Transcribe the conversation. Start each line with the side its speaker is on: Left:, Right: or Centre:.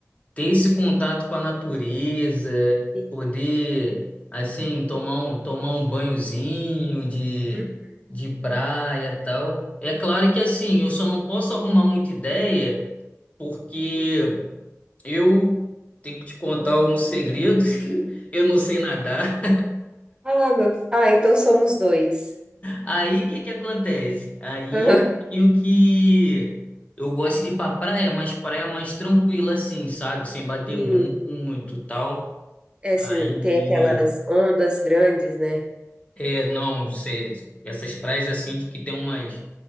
Left: ter esse contato com a natureza,
Right: Sim.
Left: poder, assim, tomar um, tomar um banhozinho de,
Right: Uhum.
Left: de praia e tal. É claro que, assim, eu só não posso arrumar muita ideia, porque
Right: Sim.
Left: eu tenho que te contar um segredo, <laughs> eu não sei nadar.
Right: Ah, meu... ah, então somos dois.
Left: Aí o que que acontece? Aí
Right: Aham.
Left: eu tenho que. Eu gosto de ir pra praia, mas praia mais tranquila, assim, sabe? Sem bater
Right: Sim.
Left: mu- muito tal.
Right: É,
Left: Aí.
Right: sim, tem aquelas ondas grandes, né?
Left: É, não, cê- essas praias assim de que tem umas,